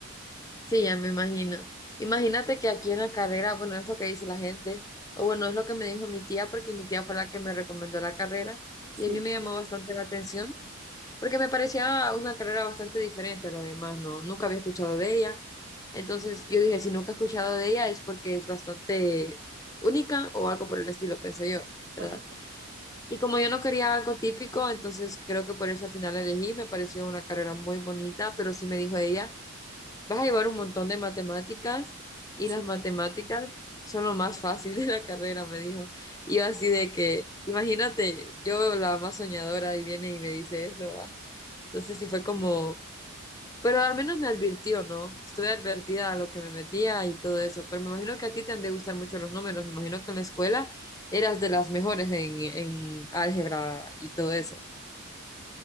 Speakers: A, on the left (about 15°); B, on the right (about 55°).
A: Sí, ya me imagino. Imagínate que aquí en la carrera, bueno, es lo que dice la gente, o bueno, es lo que me dijo mi tía, porque mi tía fue la que me recomendó la carrera
B: Sí.
A: y a mí me llamó bastante la atención, porque me parecía una carrera bastante diferente a lo demás, ¿no? Nunca había escuchado de ella. Entonces yo dije, si nunca he escuchado de ella es porque es bastante única o algo por el estilo, pensé yo, ¿verdad?
B: Ajá,
A: Y como yo no quería algo típico, entonces creo que por eso al final la elegí, me pareció una carrera muy bonita, pero sí me dijo ella. Vas a llevar un montón de matemáticas y
B: sí.
A: las matemáticas son lo más fácil de la carrera, me dijo. Y yo así de que, imagínate, yo la más soñadora y viene y me dice eso, va. Entonces sí fue como, pero al menos me advirtió, ¿no? Estuve advertida a lo que me metía y todo eso, pero me imagino que a ti te han de gustar mucho los números, me imagino que en la escuela eras de las mejores en, en álgebra y todo eso.